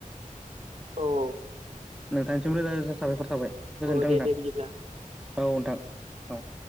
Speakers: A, on the right; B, in the centre.
A: औ
B: नोंथांसिम रोजा रोजा साबायखर थाबाय गोजोन्थों
A: औ दे
B: नोंथां
A: दे बिदिब्ला
B: औ नोंथां औ